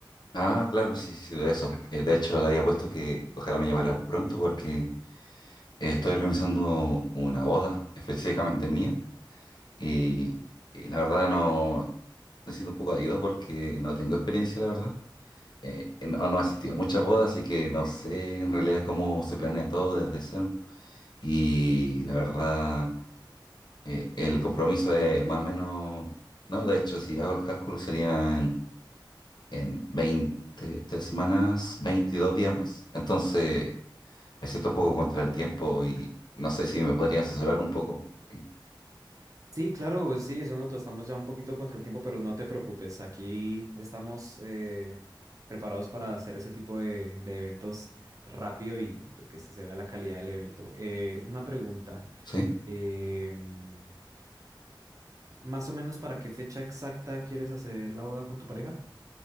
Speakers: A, on the left; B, on the right.
A: Ah, claro, sí, sí, sí, de eso. Eh, de hecho, le había puesto que ojalá me llamara pronto porque eh, estoy organizando una boda específicamente mía y, y la verdad no necesito un poco de ayuda porque no tengo experiencia, la verdad. Eh, no, no he asistido a muchas bodas, así que no sé en realidad cómo se planea todo desde cero. Y la verdad, eh, el compromiso es más o menos... No, de hecho, si hago el cálculo serían en veinte tres semanas, 22 días más. Entonces me siento un poco contra el tiempo y no sé si me podría asesorar un poco. Eh,
B: Sí, claro, pues sí, eso nosotros estamos ya un poquito contra el tiempo, pero no te preocupes, aquí estamos eh, preparados para hacer ese tipo de, de eventos rápido y pues, que se, se vea la calidad del evento. Eh, una pregunta,
A: ¿Sí?
B: em, más o menos para qué fecha exacta quieres hacer la boda con tu pareja?